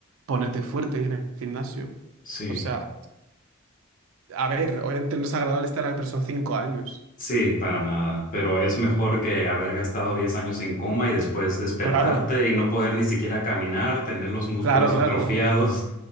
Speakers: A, on the right (about 65°); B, on the left (about 40°).
A: ponerte fuerte en el gimnasio.
B: sí.
A: O sea, a ver, obviamente no es agradable estar, pero son cinco años.
B: Sí, para nada, pero es mejor que haber gastado 10 años en coma y después despertarte
A: Claro,
B: y no poder ni siquiera caminar, tener los músculos
A: claro, claro,
B: atrofiados.
A: ¿no?